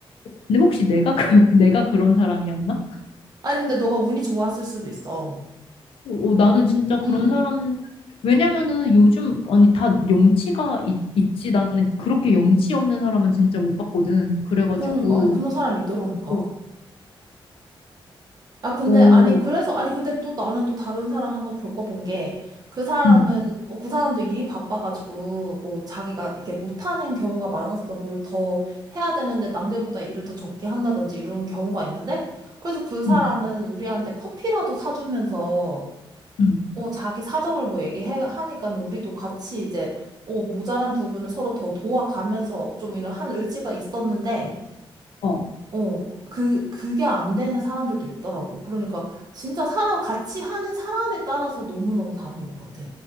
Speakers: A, on the left; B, on the right.
A: 근데 혹시 내가, 그, <laughs> 내가 그런 사람이었나?
B: 아니, 근데 너가 운이 좋았을 수도 있어.
A: 어, 어, 나는 진짜 그런
B: 응, 응.
A: 사람, 왜냐면은 요즘, 아니, 다 염치가 있, 있지. 나는 그렇게 염치 없는 사람은 진짜 못 봤거든. 그래가지고,
B: 그러니까. 아니, 그런 사람이 있더라니까.
A: 어,
B: 아, 근데,
A: 어,
B: 아니, 그래서, 아니, 근데 또 나는 또 다른 사람 한번 겪어본 게, 그 사람은,
A: 응,
B: 어, 그 사람도 일이 바빠가지고, 뭐, 자기가 이게 못하는 경우가 많았어. 뭘 더 해야 되는데, 남들보다 일을 더 적게 한다든지, 이런 경우가 있는데, 그래서 그 사람은
A: 응,
B: 우리한테 커피라도 사주면서,
A: 응.
B: 어, 자기 사정을 뭐 얘기해, 하니까 우리도 같이 이제, 어, 모자란 부분을 서로 더 도와가면서 좀 이런 한 의지가 있었는데,
A: 어.
B: 어, 그, 그게 안 되는 사람들도 있더라고. 그러니까 진짜 사람, 같이 하는 사람에 따라서 너무너무 다른 것 같아.